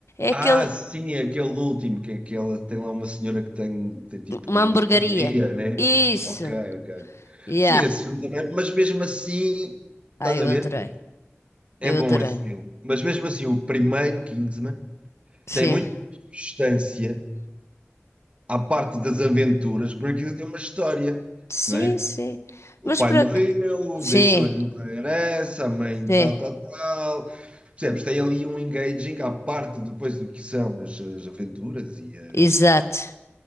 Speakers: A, on the right (about 25°); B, on the left (about 75°).
A: Ah,
B: É aquele,
A: sim, é aquele último, que é aquela, tem lá uma senhora que tem, que tem tipo
B: uma
A: uma
B: hamburgueria.
A: burgueria né?
B: Isso!
A: Ok, ok.
B: Yeah!
A: Sim, esse filme também, mas mesmo assim, estás
B: Ai,
A: a
B: eu
A: ver?
B: adorei.
A: É
B: Eu
A: bom
B: adorei.
A: esse filme. Mas mesmo assim, o primeiro Kingsman
B: Sim.
A: tem muito mais substância à parte das aventuras, porque aquilo tem uma história,
B: Sim,
A: não é?
B: sim.
A: O
B: Mas
A: pai
B: para
A: morreu,
B: que... Sim,
A: deixou-lhe uma herança, a mãe
B: sim,
A: tal, tal, tal. Percebes? Tem ali um engaging à parte depois do que são as, as aventuras e as.
B: exato.